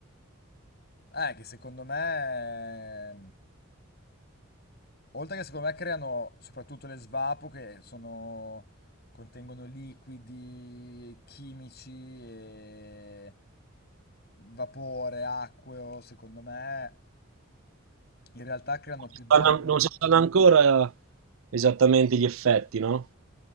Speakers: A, on the left (about 50°); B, on the right (about 75°).
A: Eh, che secondo me, oltre che secondo me creano soprattutto le svapo che sono, contengono liquidi chimici e vapore, acqueo, secondo me in realtà creano
B: Non
A: più
B: si
A: danni.
B: sanno, non si sanno ancora esattamente gli effetti, no?